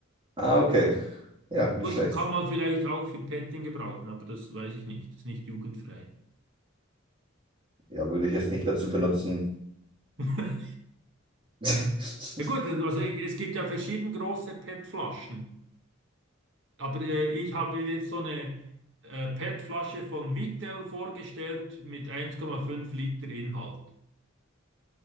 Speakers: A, on the right; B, on the right.
A: Ah, okay. Ja, nicht
B: Gut,
A: schlecht.
B: kann man vielleicht auch für Petting gebrauchen, aber das weiß ich nicht. Ist nicht jugendfrei.
A: Ja, würde ich jetzt nicht dazu benutzen.
B: <laughs>
A: <laughs>
B: Ja gut, also es gibt ja verschieden große PET-Flaschen. Aber äh, ich habe jetzt so eine äh, PET-Flasche von Vittel vorgestellt mit 1,5 Liter Inhalt.